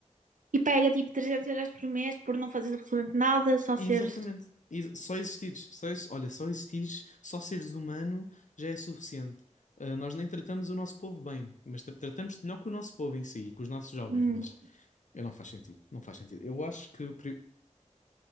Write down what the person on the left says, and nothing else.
exatamente.
Ex- Só existires, só, ex- olha, só existires, só seres humano já é suficiente. Ah, nós nem tratamos o nosso povo bem, mas tra- tratamos melhor com o nosso povo em si, com os nossos jovens,
mas eu não faz sentido, não faz sentido. Eu acho que pri-